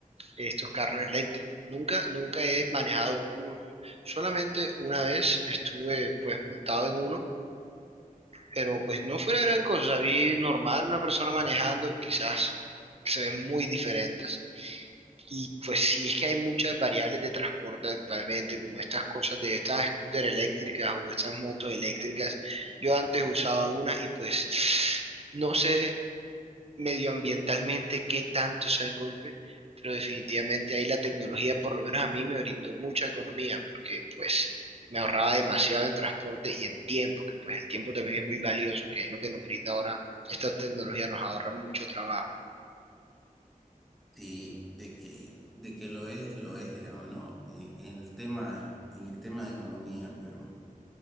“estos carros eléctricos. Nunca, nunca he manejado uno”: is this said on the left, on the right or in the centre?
Right